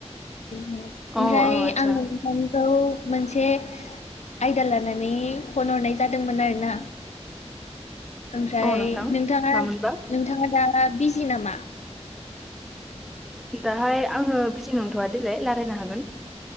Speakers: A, on the left (about 75°); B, in the centre.
A: ओमफ्राय
B: औ औ आदसा
A: आङो मोनसे आयदा लानानै फन हरनाय जादोंमोन आरो ना। ओमफ्राय
B: औ नोंथां
A: नोंथाङा
B: मामोनबा
A: नोंथाङा दा बिजि नामा।
B: दाहाय आङो बिजि नंथ'वादेलाय रायलायनो हागोन।